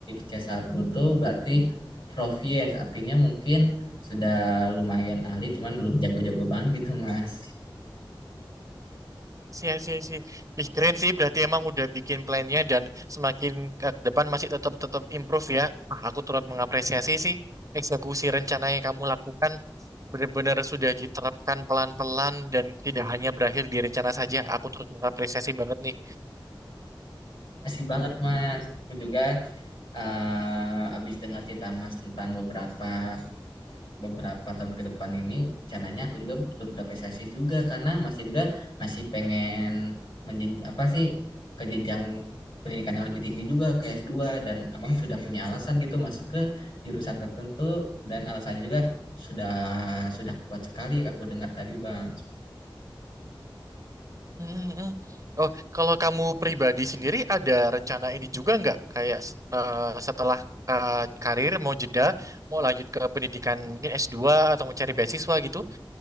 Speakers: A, on the left; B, on the right.
A: c satu tuh berarti proficiency artinya mungkin sudah lumayan ahli cuman belum jago-jago banget gitu, Mas.
B: Sih, sih, sih. Ih, keren sih. Berarti emang udah bikin plannya dan semakin ke depan masih tetap tetap improve ya. Ah, Aku turut mengapresiasi sih eksekusi rencana yang kamu lakukan benar-benar sudah diterapkan pelan-pelan dan tidak hanya berakhir di rencana saja. Aku turut mengapresiasi banget nih.
A: Makasih banget, Mas. Aku juga eh, habis dengar cerita Mas tentang beberapa beberapa tahun ke depan ini rencananya aku juga betul berapresiasi juga karena masih juga masih pengen menjen apa sih ke jenjang pendidikan yang lebih tinggi juga ke S2 dan abang sudah punya alasan
B: Hmm,
A: gitu masuk ke jurusan tertentu dan alasannya juga sudah sudah kuat sekali aku dengar tadi bang.
B: hmm, hmm. Oh, kalau kamu pribadi sendiri ada rencana ini juga nggak? Kayak eh, setelah eh, karir mau jeda, mau lanjut ke pendidikan mungkin S2 atau mau cari beasiswa gitu?